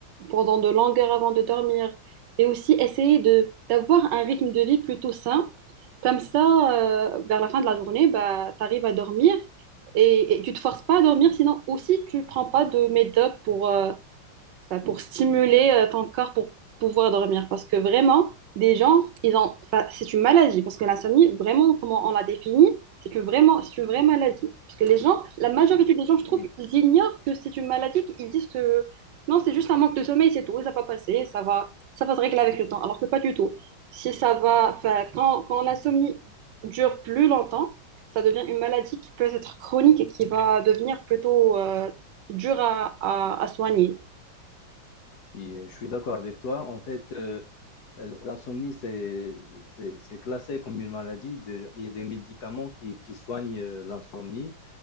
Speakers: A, on the right (about 70°); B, on the left (about 60°).
A: pendant de longues heures avant de dormir. Et aussi essayer de, d'avoir un rythme de vie plutôt sain. Comme ça, euh, vers la fin de la journée, bah, tu arrives à dormir et, et tu te forces pas à dormir, sinon aussi tu prends pas de médoc pour, euh, enfin, pour stimuler euh, ton corps pour pouvoir dormir. Parce que vraiment, des gens, ils ont, enfin, c'est une maladie. Parce que l'insomnie, vraiment, comment on la définit, c'est une, vraiment, c'est une vraie maladie. Parce que les gens, la majorité des gens, je trouve,
B: Oui.
A: ils ignorent que c'est une maladie. Ils disent que non, c'est juste un manque de sommeil, c'est tout, ça va passer, ça va, ça va se régler avec le temps. Alors que pas du tout. Si ça va, enfin, quand, quand l'insomnie dure plus longtemps, ça devient une maladie qui peut être chronique et qui va devenir plutôt euh, dure à, à, à soigner.
B: Oui, euh, je suis d'accord avec toi. En fait, euh, euh, l'insomnie, c'est, c'est, c'est classé comme une maladie. Déjà, il y a des médicaments qui, qui soignent euh, l'insomnie.